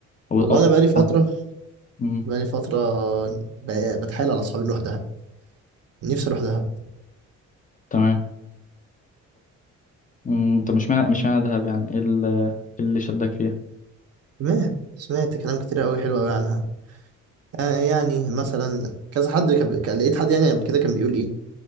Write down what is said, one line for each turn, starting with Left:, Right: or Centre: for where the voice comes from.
Left: او
Right: والله
Left: أو سافرتها
Right: انا بقالي فتره
Left: مم،
Right: بقالي فتره بقى- بتحايل على اصحابي نروح دهب نفسي اروح دهب
Left: تمام امم طب مش معنى مش معنى دهب يعني ايه ال- إيه اللي شدك فيها
Right: تمام سمعت كلام كتير قوي حلو قوي عنها آه يعني مثلا كذا حد كان كان- لقيت حد يعني قبل كده كان بيقول ايه